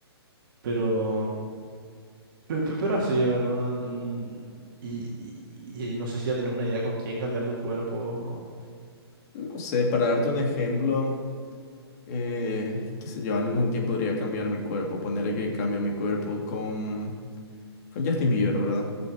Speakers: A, on the right; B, on the left.
A: Pero. Pe- pe- Pero, así, ¿verdad? Mm, Y, y- y no sé si ya tenés una idea con quién cambiar tu cuerpo. o-
B: No sé, para darte un ejemplo, eh, qué sé yo, alguien con quien podría cambiar mi cuerpo. Ponerle que cambio mi cuerpo con, con Justin Bieber, ¿verdad?